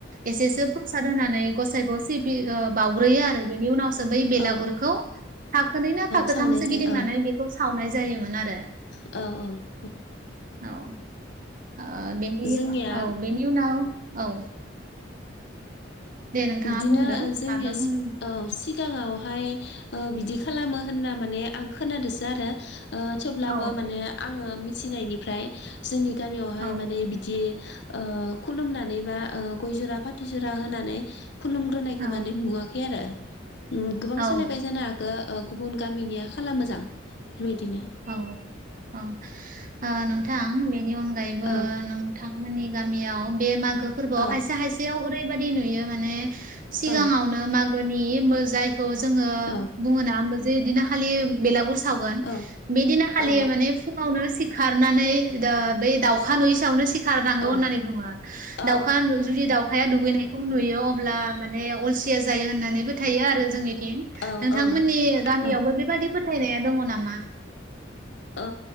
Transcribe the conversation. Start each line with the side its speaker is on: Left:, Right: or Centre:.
Right: एसेसो प्रसाद होनानै गसाइखौ सिबि बावग्रोयो आरो बेनि उनावसो बै बेलागुरखौ
Left: औ
Right: फाखोनै फाखोथामसो
Left: सावनाय जायो
Right: गिदिंनानै
Left: औ
Right: बेखौ सावनाय जायोमोन आरो
Left: औ औ
Right: औ ओ बेनि
Left: जोंनिया
Right: औ बेनि उनाव औ दे नोंथाङा
Left: बिदिनो
Right: बुंदो
Left: ओ जोंनि
Right: माबा बुंनो
Left: सि औ सि गाङावहाय ओ बिदि खालामो होनना माने आं खोनादोंसो आरो ओ थेवब्लाबो
Right: औ
Left: माने आङो मिथिनायनिफ्राय जोंनि गामियावहाय
Right: औ
Left: माने बिदि ओ खुलुमनानै बा ओ गय जरा फाथि जरा होनानै खुलुमग्रोनायखौ
Right: औ
Left: माने नुवाखै आरो उम गोबां
Right: औ
Left: सोलायबाय जानो हागो ओ गुबुन गामिनिया खालामो जां बेबायदिनो।
Right: औ औ ओ नोंथां बेनि अनगायैबो
Left: औ
Right: नों थांमोननि गामियाव बे मागो फोरबोआव
Left: औ
Right: खायसे खायसेयाव ओरैबाददि नुयो माने सिगाङावनो
Left: औ
Right: मागोनि मो जायखौ जोङो
Left: औ
Right: गुबुनाबो जेदिना खालि बेलागुर सावगोन
Left: औ
Right: बेदिना खालि
Left: औ
Right: माने समावनो सिखारनानै दो बेै दाउखा नुयै सावनो सि सिखारनांगौ
Left: औ
Right: होननानै बुङो
Left: औ
Right: दाउ जुदि दाउखाया दुगैनायखौ नुयो अब्ला माने अलसिया जायो होननानैबो थायो आरो जोंनिथिं
Left: औ
Right: नोंथांमोननि
Left: औ
Right: गामियावबो
Left: औ
Right: बेबादि फोथायनाया दङ नामा?
Left: ओ